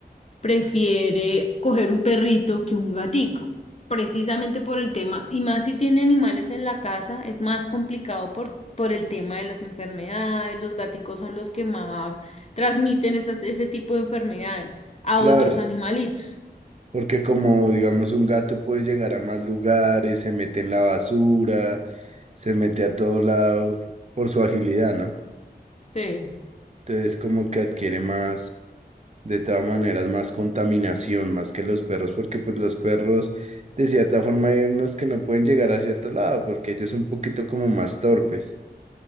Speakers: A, on the left; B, on the right.
A: prefiere coger un perrito que un gatico, precisamente por el tema, y más si tiene animales en la casa, es más complicado por, por el tema de las enfermedades. Los gaticos son los que más transmiten esas- ese tipo de enfermedades a
B: Claro.
A: otros animalitos.
B: Porque como digamos un gato puede llegar a más lugares, se mete en la basura, se mete a todo lado por su agilidad, ¿no?
A: Sí.
B: Entonces como que adquiere más, de todas maneras, más contaminación, más que los perros, porque pues los perros de cierta forma hay unos que no pueden llegar a cierto lado, porque ellos son un poquito como más torpes.